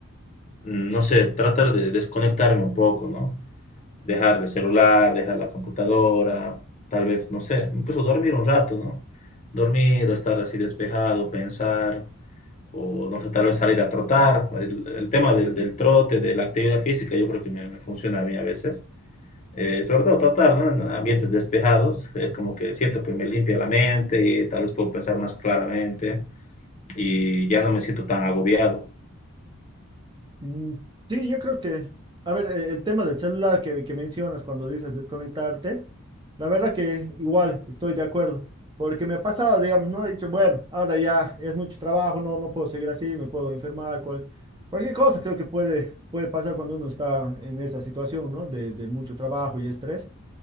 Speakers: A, on the left; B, on the right.
A: mm, no sé, tratar de desconectarme un poco, ¿no? Dejar el celular, dejar la computadora, tal vez, no sé, incluso dormir un rato, ¿no? Dormir o estar así despejado, pensar. o no sé, tal vez salir a trotar. El, el tema del, del, trote, de la actividad física, yo creo que me, me funciona a mí a veces. Eh, sobre todo trotar, ¿no? En ambientes despejados, es como que siento que me limpia la mente y tal vez puedo pensar más claramente y ya no me siento tan agobiado.
B: Mm, Sí, yo creo que, a ver, e- el tema del celular que, que mencionas cuando dices desconectarte, la verdad que igual estoy de acuerdo, porque me ha pasado, digamos, ¿no? He dicho, bueno, ahora ya es mucho trabajo, no, no puedo seguir así, me puedo enfermar, cual- cualquier cosa creo que puede, puede pasar cuando uno está en esa situación, ¿no? De, de mucho trabajo y estrés.